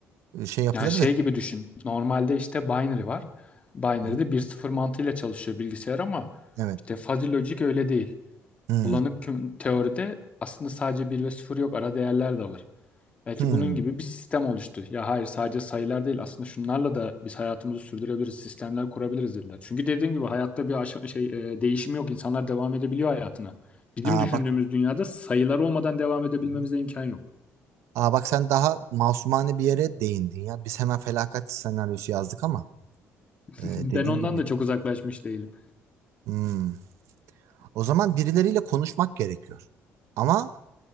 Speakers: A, on the right; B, on the left.
A: e, şey yapılabilir.
B: Yani şey gibi düşün. Normalde işte binary var. Binary'de
A: Hı hı.
B: bir sıfır mantığıyla çalışıyor bilgisayar ama
A: Evet.
B: işte fuzzy logic öyle değil.
A: Hmm.
B: Bulanık küm- teoride aslında sadece bir ve sıfır yok. Ara değerler de var. Belki
A: Hmm.
B: bunun gibi bir sistem oluştu. Ya hayır sadece sayılar değil. Aslında şunlarla da biz hayatımızı sürdürebiliriz. Sistemler kurabiliriz dediler. Çünkü dediğim gibi hayatta bir aşa- şey e, değişim yok. İnsanlar devam edebiliyor hayatına. Bizim
A: Aa,
B: düşündüğümüz
A: bak
B: dünyada sayılar olmadan devam edebilmemize
A: Hı hı.
B: imkan yok.
A: Aa bak sen daha masumane bir yere değindin ya. Biz hemen felaket senaryosu yazdık ama
B: <laughs>
A: e,
B: Ben
A: dediğin
B: ondan
A: gibi.
B: da çok uzaklaşmış değilim.
A: Hmm. O zaman birileriyle konuşmak gerekiyor. Ama